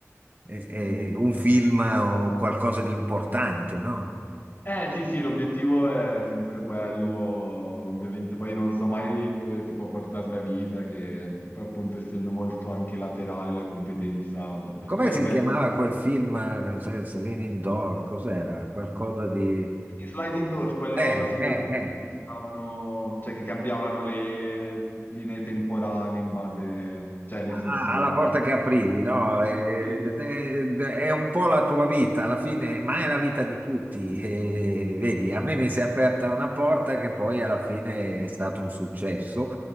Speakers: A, on the right (about 35°); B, on the left (about 40°).
A: eh, eh,
B: Mm.
A: un film o qualcosa di importante, no?
B: Eh sì, sì, l'obiettivo è sempre quello, ovviamente poi non so mai dove ti può portare la vita, che poi, appunto essendo molto anche laterale la competenza, perché
A: Come
B: poi vabbè,
A: si chiamava quel film, eh, se- Celine Indoor? Cos'era? Qualcosa di...
B: i slide indoors, quello
A: Eh,
B: sì,
A: eh,
B: dove
A: eh,
B: stavano, cioè che cambiavano le linee temporali in base, cioè nel
A: a-
B: senso...
A: a- alla porta che aprivi, no? Eh,
B: Sì.
A: de- de- È, un po' la tua vita, alla fine, ma è la vita
B: <laughs>
A: di
B: Ah,
A: tutti. E, vedi, a me mi si è aperta una porta che poi alla fine è stato un successo.